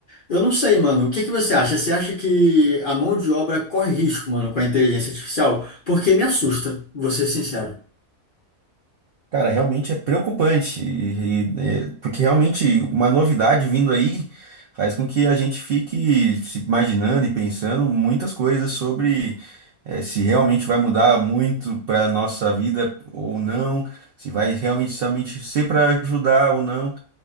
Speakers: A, on the left; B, on the right.
A: Eu não sei, mano. O que que você acha? Você acha que a mão de obra corre risco, mano, com a inteligência artificial? Porque me assusta, vou ser sincero.
B: Cara, realmente é preocupante, e- e, é, porque realmente uma novidade vindo aí faz com que a gente fique se imaginando e pensando muitas coisas sobre eh, se realmente vai mudar muito para nossa vida ou não, se vai realmente somente ser para ajudar ou não.